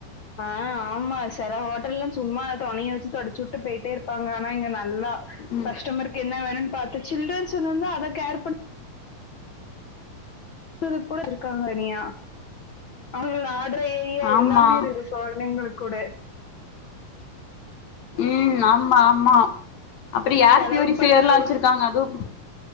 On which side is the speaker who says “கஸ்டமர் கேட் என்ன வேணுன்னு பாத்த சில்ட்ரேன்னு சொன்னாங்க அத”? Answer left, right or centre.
Left